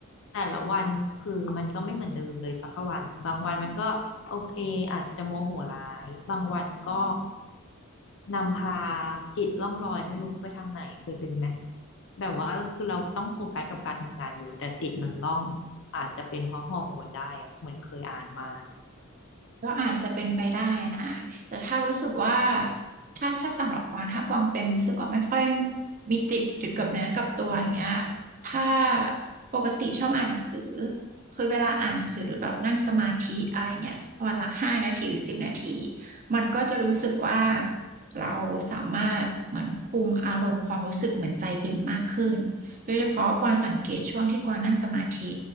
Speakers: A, on the left; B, on the right.
A: แต่ละวันคือมันก็ไม่เหมือนเดิมเลยสักวัน บางวันมันก็โอเคอาจจะโมโหร้าย บางวันก็นำพาจิตล่องลอยไม่รู้ไปทางไหนเคยเป็นไหม แบบว่าคือเราต้องโฟกัสกับการทำงานอยู่แต่จิตมันล่องอาจจะเป็นเพราะฮอร์โมนได้อะเหมือนเคยอ่านมา
B: ก็อาจจะเป็นไปได้นะ แต่ถ้ารู้สึกว่า ถ้าถ้าสำหรับกวางถ้ากวางเป็นรู้สึกว่าไม่ค่อยมีจิตจุดกับเนื้อกับตัวอย่างเงี้ยถ้าปกติชอบอ่านหนังสือคือเวลาอ่านหนังสือหรือแบบนั่งสมาธิอะไรเงี้ยวันละห้านาทีหรือสิบนาทีมันก็จะรู้สึกว่าเราสามารถเหมือนคุมอารมณ์ความรู้สึกเหมือนใจเย็นมากขึ้นโดยเฉพาะกวางสังเกตช่วงที่กวางนั่งสมาธิ